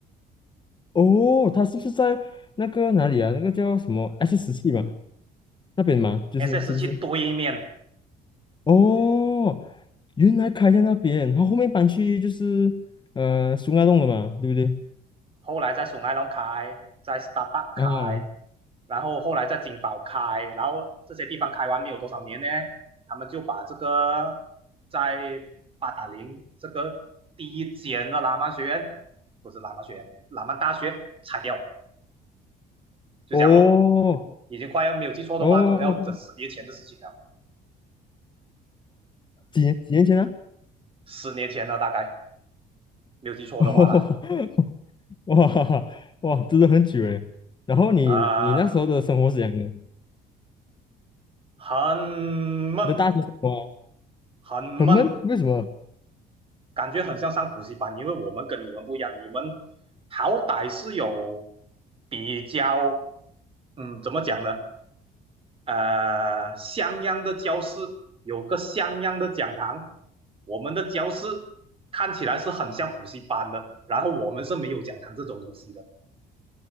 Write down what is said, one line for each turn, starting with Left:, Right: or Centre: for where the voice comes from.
Left: 哦，他是不是在那个哪里啊？那个叫什么 S 十七嘛？那边嘛，就是是不是？
Right: ，SS 七对面。
Left: 哦，原来开在那边，他后面搬去就是呃苏家洞了嘛，对不对？
Right: 后来在松爱龙开，在 Starbucks 开，
Left: 啊，
Right: 然后后来在金宝开，然后这些地方开完没有多少年呢，他们就把这个在八达岭这个第一间的喇嘛学院，不是喇嘛学院，喇嘛大学拆掉，就这样咯。
Left: 哦
Right: 已经快要没有记错的话，
Left: 哦，
Right: 都要整十年前的事情了，
Left: 几年几年前啊？
Right: 十年前了大概，没有记错的话啦，
Left: 哦，<laughs> 哇哇，真的很久诶。然后你你那时候的生活是怎样的？
Right: 啊、呃
Left: 你
Right: 很闷，
Left: 的大学生活啊
Right: 很闷。
Left: 很闷，为什么？
Right: 感觉很像上补习班，因为我们跟你们不一样，你们好歹是有比较，嗯，怎么讲呢？呃，像样的教室，有个像样的讲堂。我们的教室看起来是很像补习班的，然后我们是没有讲堂这种东西的。